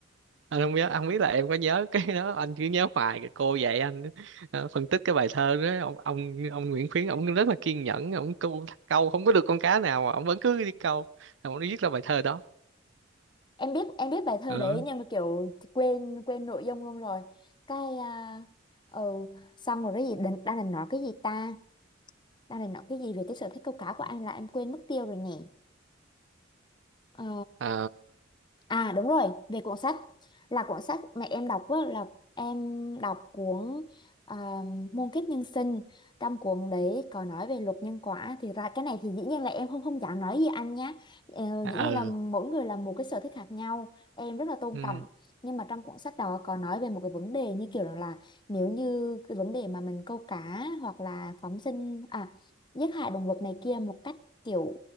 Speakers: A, on the right; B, on the left.
A: anh không nhớ anh không biết là em có nhớ cái đó anh cứ nhớ hoài cái cô dạy anh ờ, phân tích cái bài thơ đó ông ông ông Nguyễn Khuyến ông rất là kiên nhẫn ông câu câu không có được con cá nào mà ông vẫn cứ đi câu Rồi ông viết ra bài thơ đó
B: em biết em biết bài thơ
A: ừ
B: đấy nhưng mà kiểu quên quên nội dung luôn rồi cái à, ừ, xong rồi cái gì định đang định nói cái gì ta đang định nói cái gì về cái sở thích câu cá của anh là em quên mất tiêu rồi nè Ờ,
A: ờ
B: À đúng rồi, về cuốn sách là cuốn sách mẹ em đọc á, là em đọc cuốn à, Muôn kiếp nhân sinh trong cuốn đấy có nói về luật nhân quả thì ra cái này thì dĩ nhiên là em không không dám nói gì anh nhé ờ,
A: à,
B: dĩ nhiên là
A: ừ
B: mỗi người là một cái sở thích khác nhau em rất là tôn
A: ừ
B: trọng nhưng mà trong cuốn sách đó có nói về một cái vấn đề như kiểu là nếu như cái vấn đề mà mình câu cá hoặc là phóng sinh à giết hại động vật này kia một cách kiểu